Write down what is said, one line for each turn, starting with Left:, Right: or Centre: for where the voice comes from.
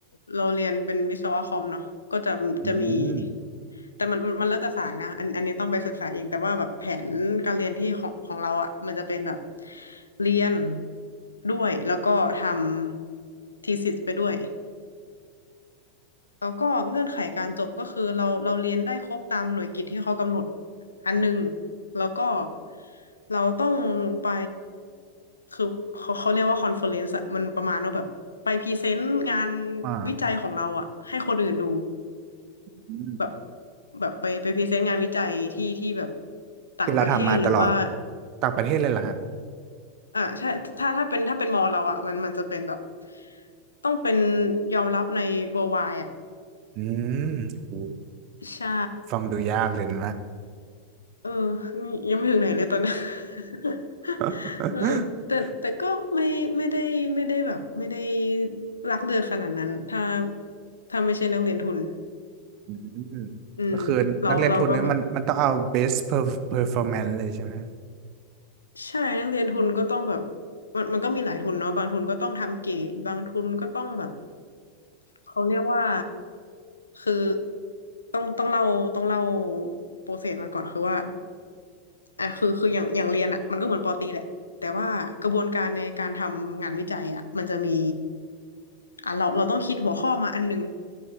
Left: เราเรียนเป็นวิศวะคอมเนาะก็จะจะมี
Right: อืม
Left: แต่มันมันมันแล้วแต่สายนะอันอันนี้ต้องไปศึกษาเองแต่ว่าแบบแผนการเรียนที่ของของเราอ่ะมันจะเป็นแบบเรียนด้วยแล้วก็ทำทีเอสิสไปด้วย แล้วก็เงื่อนไขการจบก็คือเราเราเรียนได้ครบตามหน่วยกิตที่เขากำหนดอันหนึ่งแล้วก็เราต้องไปคือเขาเขาเรียกว่าคอนเฟอเรนซ์อะมันประมาณว่าแบบไปพรีเซนต์งาน
Right: อ่า
Left: วิจัยของเราอะให้คนอื่นดู
Right: อืม
Left: แบบแบบไปไปพรีเซนต์งานวิจัยที่ที่แบบต่างประเทศหรือว่า
Right: ที่เราทำมาตลอดต่างประเทศเลยเหรอฮะ
Left: อ่าใช่ถ้าถ้าเป็นถ้าเป็นมอเราอะมันมันจะเป็นแบบต้องเป็นยอมรับใน worldwide อะ
Right: อืมโห
Left: ใช่
Right: ฟังดูยากเลยนะ
Left: เออนี่ยังไม่ถึงไหนเลยตอนเนี้ย <laughs>
Right: <laughs>
Left: เออแต่แต่ก็ไม่ไม่ได้ไม่ได้แบบไม่ได้รักเลือดขนาดนั้นถ้าถ้าไม่ใช่นักเรียนทุน
Right: อืมก็คือนักเรียนทุนเนี่ยมันมันต้องเอา
Left: อืมเราเราก็แบบ
Right: best per performance เลยใช่ไหมฮะ
Left: ใช่นักเรียนทุนก็ต้องแบบมันมันก็มีหลายทุนเนาะบางทุนก็ต้องทำเก๋บางทุนก็ต้องแบบ เขาเรียกว่าคือต้องต้องเล่าต้องเล่าโปรเซสมันก่อนคือว่าอ่ะคือคืออย่างอย่างเรียนอ่ะมันก็เหมือนปอตรีแหละแต่ว่ากระบวนการในการทำงานวิจัยอ่ะมันจะมีอ่ะเราเราต้องคิดหัวข้อมาอันหนึ่ง